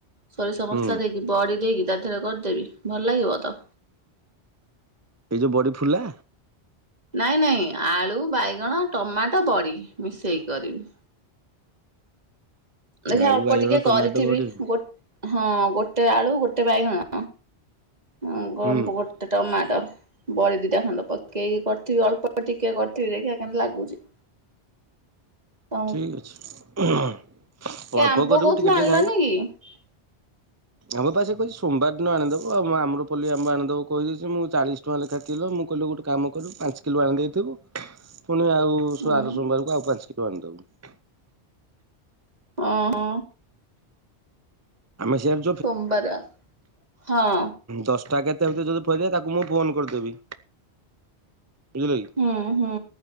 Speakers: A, on the right; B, on the right.
A: ସୋରିଷ ମସଲା
B: ହୁଁ
A: ଦେଇକି। ବଡ଼ି ଦେଇକି ତା ଦେହରେ କରିଦେବି ଭଲ ଲାଗିବ ତ?
B: ଏଇ ଯେଉଁ ବଡ଼ି ଫୁଲା?
A: ନାଇଁ ନାଇଁ ଆଳୁ ବାଇଗଣ ଟମାଟୋ ବଡ଼ି ମିଶେଇ କରିବି। ଦେଖ
B: ଆଳୁ
A: ଅଳ୍ପ
B: ବାଇଗଣ
A: ଟିକେ କରିଥିବି
B: ଟମାଟୋ ବଡି ହୁଁ
A: ହଁ ଗୋଟେ ଆଳୁ ଗୋଟେ ବାଇଗଣ ହୁଁ ଗୋ
B: ହୁଁ
A: ଗୋଟେ ଟମାଟ ବଡି ଦିଟା ଖଣ୍ଡ ପକେଇକି କରିଥିବି ଅଳ୍ପ ଟିକେ କରିଥିବି ଦେଖିବା କେମିତି ଲାଗୁଛି? ତମକୁ।
B: ଠିକ୍ ଅଛି।
A: କାଇଁ
B: ଅଳ୍ପ
A: ଆମ୍ବ
B: କରିବୁ
A: କହୁଥିଲ
B: ଟିକେ
A: ଆଣିଲନି
B: ଟିକେ
A: କି?
B: ଆମ୍ବ ପା ସେ କହିଛି ସୋମବାର ଦିନ ଆଣିଦବ ଆମ ଆମର ପଲି ଆମ୍ୱ ଆଣିଦବ କହିଦେଛି ମୁଁ ଚାଳିଶ <unintelligible> ମୁଁ କହିଲି ଗୋଟେ କାମ କରୁ ପାଞ୍ଚ କିଲୋ ଆଣି ଦେଇଥିବୁ। ପୁଣି ଆଉ
A: ହୁଁ
B: ଆର ସୋମବାରକୁ ଆଉ ପାଞ୍ଚ କିଲୋ ଆଣିଦବୁ।
A: ଓହୋ।
B: ଆମେ ସାର୍
A: ସୋମବାର ହଁ।
B: ଦଶଟା କେତେ ଭିତରେ ଯଦି ଫେରିବ ତାକୁ ମୁଁ ଫୋନ କରିଦେବି। ବୁଝିଲ କି
A: ହୁଁ ହୁଁ